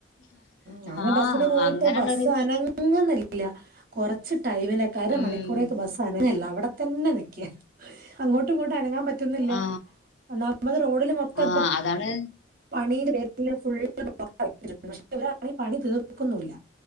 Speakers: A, on the right; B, on the left.
A: ഞൻ
B: ആ
A: ബസ്സില് പോയിട്ട്
B: അങ്ങനെയുള്ളൊരു
A: ബസ്സ് അനങ്ങുന്നില്ല കുറച്ച് ടൈമിനക്കെ അരമണിക്കൂറേക്ക്
B: ഉം.
A: ബസ് അനങ്ണില്ല അവിടെത്തന്നെ നിക്കിയ അങ്ങോട്ടും ഇങ്ങോട്ടും അനങ്ങാൻ പറ്റുന്നില്ല
B: ആ
A: നമ്മള് റോഡില് മൊത്തം
B: ആ
A: ഇപ്പ
B: അതാണ്
A: പണീന്റെ ഫുള്ള് പക്ഷെ ഇവരാണെങ്കി പണി തീർക്കുന്നില്ല